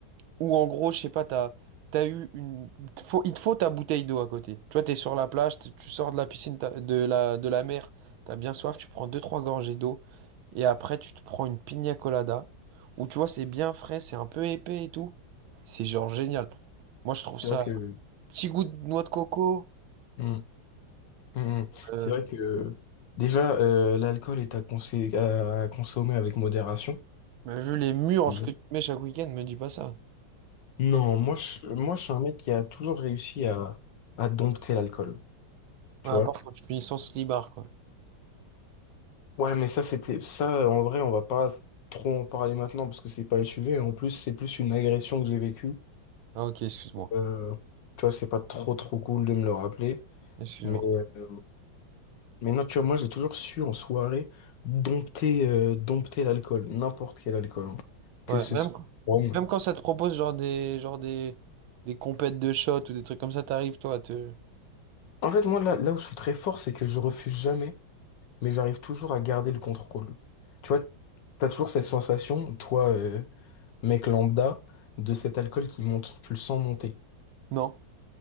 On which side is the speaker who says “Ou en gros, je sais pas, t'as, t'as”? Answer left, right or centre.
Right